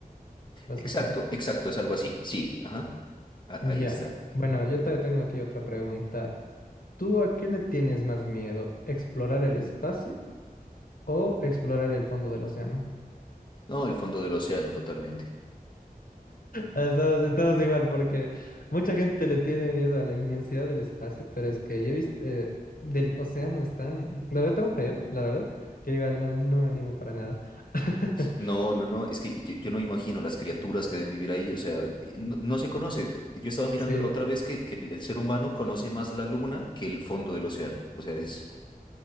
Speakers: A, on the left (about 65°); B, on the left (about 30°).
A: básicamente.
B: Exacto, exacto, es algo así, sí, ajá, A-
A: Ya.
B: ahí está.
A: Bueno, yo te tengo aquí otra pregunta. ¿Tú a qué le tienes más miedo? ¿Explorar el espacio o explorar el fondo del océano?
B: No, el fondo del océano, totalmente.
A: Estamos, estamos igual porque mucha gente le tiene miedo a la inmensidad del espacio, pero es que yo he visto eh, del océano es tan, lo veo tan feo, la verdad, que igual no, no me animo para nada. <laughs>
B: No, no, no, es que yo, yo no me imagino las criaturas que deben vivir ahí, o sea, no, no se conoce. Yo estaba mirando
A: Sí,
B: la otra vez que, que el ser humano conoce más la luna que el fondo del océano, o sea, es...